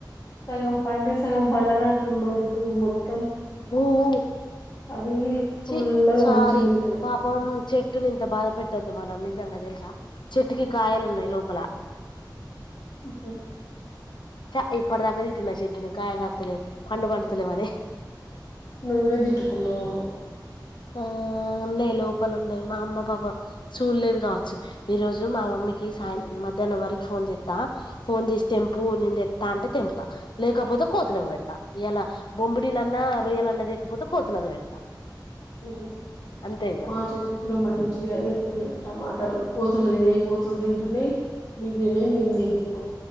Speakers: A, on the left; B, on the left.
A: సగం పండి సగం పండన <inaudible>
B: ఊ ఊ
A: అవి
B: చి
A: పుల్లగా
B: సారీ
A: మంచిగా ఉంటాయి
B: పాపం చెట్టునింత బాధప పట్టద్దు మనం నిజంగా తెలుసా చెట్టుకి కాయలున్నాయి లోపల
A: ఓహ
B: చా ఇప్పుడుదాక తిటిన్న చెట్టిని కయ కాతులే పండు పండ్తలేవ్ అని
A: నువ్వే ఏ పెట్టుకున్నావమ్మా
B: ఆ ఉన్నాయి లోపాలున్నాయి మా అమ్మ పాపం చూల్లేదు కావచ్చు. ఈ రోజు మా మమ్మీకి సాయం మధ్యాహ్నం వరకు ఫోన్ చేత్తా ఫోన్ చేసి తెంపు నే తేత్త అంటే తెంపుతా లేకపోతే కోతులకు పెడతా ఇయాల బొంమ్మిడిలన్న, రొయ్యలన్నా లేకపోతే కోతులకు పెడతా
A: మ్మ్ హ్హ్
B: అంతే ఇగ
A: మా చెట్టుకు కూడా మంచిగా అవుతున్నాయి టమాటా కానీ కోతులులేవు హ్హ్ హ్ ఏం తింటున్నాయి మీకు నేనేమ్ చేయలేను అసలకు నో